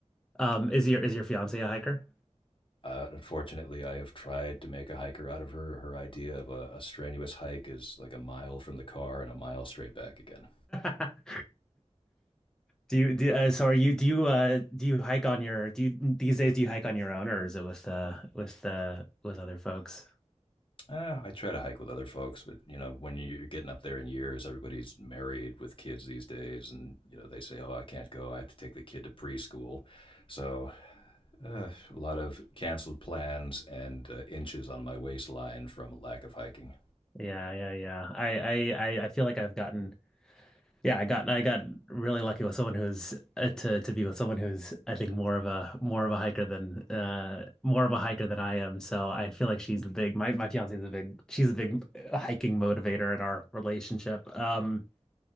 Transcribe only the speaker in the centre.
Um is your is your fiance a hiker?
<laughs> Do you do uh, so are you do you uh do you hike on your do you these days do you hike on your own or is it with uh with uh with other folks?
Yeah, yeah, yeah. I I I I feel like I've gotten Yeah, I got I got really lucky with someone who's uh, to to be with someone who's I think more of a more of a hiker than uh more of a hiker than I am. So I feel like she's the big my my fiance is a big she's a big uh, hiking motivator in our relationship. Um